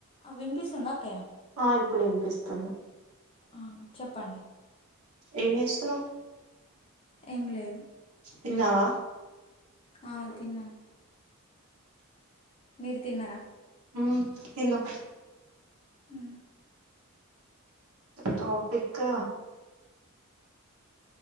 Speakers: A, on the left; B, on the right.
A: అ విన్పిస్సుంద అక్కయ
B: ఆ ఇప్పుడు ఇన్పిస్తుంది
A: ఆ చెప్పండి
B: ఏం చేస్తున్నావ్
A: ఏం లేదు
B: తిన్నావా
A: ఆ తిన్నా మీరు తిన్నరా
B: ఊ తిన్నం
A: హు
B: టాపిక్క్